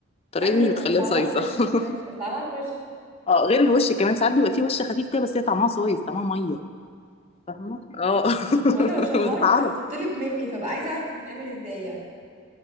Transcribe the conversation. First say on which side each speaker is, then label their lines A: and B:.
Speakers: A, on the left; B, on the right.
A: الطريقه
B: ايوه
A: دي مش بتخليها
B: ما بيطلعلهاش
A: صايصه
B: وش
A: <laughs>
B: أيوة، بتطلعلهاش وش
A: اه غير الوش كمان ساعات بيبقى فيه وش خفيف كده بس هي طعمها صايص طعمها ميه فاهمه اه <laughs>
B: هو انا ما بشربهاش
A: وتتعرف
B: بس بتطلب مني فبقى عايزه اعرف بتتعمل ازاي يعني